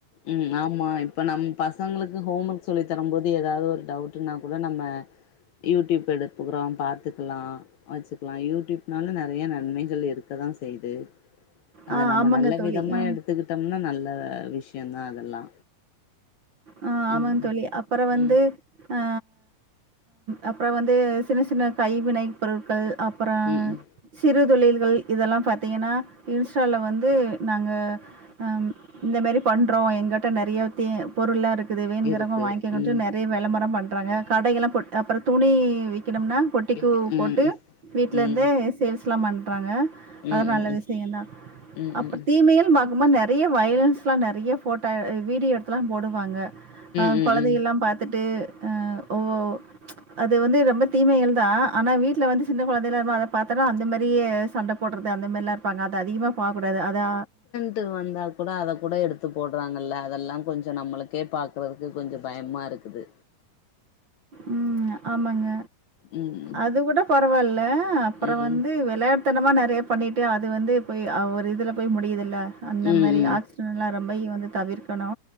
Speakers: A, on the left; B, on the right.
A: ம் ஆமா இப்ப நம் பசங்களுக்கு ஹோம் ஒர்க் சொல்லி தரும் போது ஏதாவது ஒரு டவுட்ன்னா கூட நம்ம யூடியூப் எடுப்புகுறோ பார்த்துக்லா வச்சுக்லா யூடியூப்னாலு நறைய நன்மைகள் இருக்கதா செய்து அத
B: ஆ
A: நம்ம
B: ஆமாங்க
A: நல்ல
B: தோழி.
A: விதமா
B: அ.
A: எடுத்துக்கிட்டோம்னா நல்ல விஷயதா அதெல்லா
B: ஆ ஆமாம்
A: ம்
B: தோழி அப்பறம் வந்து
A: ம்
B: அ அப்புறம் வந்து சின்ன சின்ன கைவினை பொருட்கள் அப் அப்புறோ
A: ம் ம்
B: சிறு தொழில்கள் இதெல்லா பாத்தீங்கன்னா இன்ஸ்டால வந்து நாங்க அம் இந்த மாரி பண்றோ எங்கிட்ட நறையா தே பொருளா இருக்குது வேனுங்கிறவுங்க
A: இருக்கு
B: வாங்கிக்கங்ட்டு
A: ம்
B: நறைய விளம்பரம் பண்றாங்க கடைகல்லா போட் அப்பற துணி விக்கணும்னா பொட்டிக்கு
A: ம் ம்
B: போட்டு
A: ம்
B: வீட்ல
A: ம்
B: இருந்தே சேல்ஸ்லா பண்றாங்க அ
A: ம்
B: நல்ல
A: ம் ம்
B: விஷய தா
A: ம்
B: அப்ற தீமையில் பாக்கமா நிறைய வைலன்ஸ்ல்லாம் நிறைய போட்டோ வீடியோ எடுத்துல்லாம் போடுவாங்க அ
A: ம் ம்
B: கொழந்தைகள்லா
A: ம்
B: பார்த்துட்டு அ ஒ அது வந்து ரொம்ப தீமைகள் தான் ஆனா வீட்டுல வந்து சின்ன குழந்தைகள்ல்லா இருக்கும்போது அத பாத்தாம்னா அந்த மாறியே சண்ட போட்டுறது அந்த மாறில்லாம் இருப்பாங்க அது அதிகமா போக்கூடாது அதா
A: விட்டு வந்தா கூட அத கூட எடுத்து போட்றாங்கல்ல அதெல்லா கொஞ்ச நம்மளுக்கே பார்க்கறதுக்கு கொஞ்ச பயமா இருக் அது
B: ம் ஆமாங்க
A: ம்
B: அது கூட பரவால்ல அப்ற
A: ம் ம்
B: வந்து விளையா ட்டுத்தனமாக நெறையா பண்ணிட்டு அது வந்து போய் ஒரு இதில போய் முடியிதில்ல அந்த
A: ம்
B: மாரி
A: ம்
B: ஆக்சிடன்ல்லா ரொம்பயி வந்து தவிர்க்கணு